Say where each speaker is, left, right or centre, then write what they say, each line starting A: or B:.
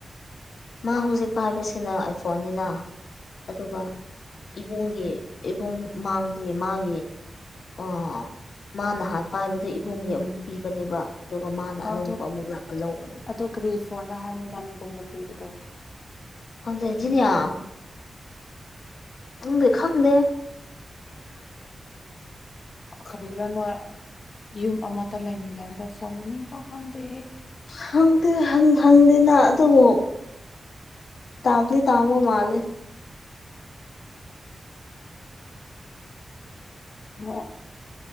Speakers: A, on the left (about 75°); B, on the left (about 50°).
A: ꯃꯥ ꯍꯧꯖꯤꯛ ꯄꯥꯥꯏꯕꯁꯤꯅ ꯑꯥꯏ ꯐꯣꯟꯅꯤꯅ ꯑꯗꯨꯒ ꯏꯕꯨꯡꯒꯤ ꯏꯕꯨꯡ ꯃꯥꯡꯕꯗꯤ ꯃꯥꯒꯤ ꯑꯣ ꯃꯥꯅ ꯍꯥꯟꯅ ꯄꯥꯏꯕꯗꯨ ꯏꯕꯨꯡꯒꯤ ꯑꯃꯨꯛ ꯄꯤꯕꯅꯦꯕ ꯑꯗꯨꯒ ꯃꯥꯅ
B: ꯑꯣ
A: ꯑꯅꯧꯕ
B: ꯑꯗꯨ
A: ꯑꯃꯨꯛ ꯂꯥꯛꯑ ꯂꯧꯕꯅꯦꯕ
B: ꯑꯣ ꯀꯔꯤ ꯐꯣꯟꯂ ꯍꯥꯏꯕꯅꯤꯗ ꯅꯪ ꯏꯕꯨꯡꯗ ꯄꯤꯕꯗꯣ
A: ꯈꯪꯗꯦ ꯖꯤꯅꯤꯌꯥ <unintelligible> ꯈꯪꯗꯦ꯫
B: ꯀꯔꯤꯒꯤꯔꯥ ꯅꯣꯏ ꯌꯨꯝ ꯑꯃꯠꯇ ꯂꯩꯃꯤꯟꯅꯔꯒ ꯐꯣꯟ ꯃꯃꯤꯡꯐꯥꯎ ꯈꯪꯗꯦ
A: ꯈꯪꯗꯦ ꯍꯪꯗꯦꯅ ꯑꯗꯨꯕꯨ ꯇꯥꯡꯗꯤ ꯇꯥꯡꯕ ꯃꯥꯂꯦ
B: ꯑꯣ